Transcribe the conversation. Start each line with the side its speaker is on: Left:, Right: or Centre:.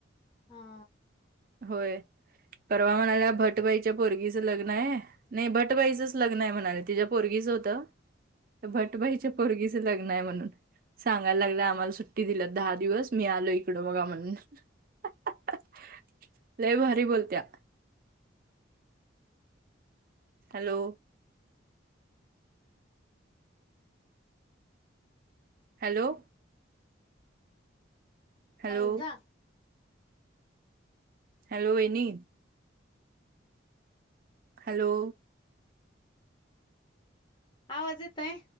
Left: हा.
Right: होय. परवा म्हणाल्या, भटबाईच्या पोरगीच लग्न नाही. नाही. भटबाईचंच लग्न आहे म्हणाले. तीझ्या पोरगीच होतं. भटभईच्या पोरगीचं लग्नाय म्हणून. सांगायला लागलं, आम्हाला सुट्टी दिल्यात दहा दिवस. मी आलोय इकडं, बघा म्हणून. <unintelligible> लय भारी बोलत्या. हॅलो. हॅलो. हॅलो
Left: चांगलं जा.
Right: हॅलो, वयनी. हॅलो.
Left: आवाज येतय?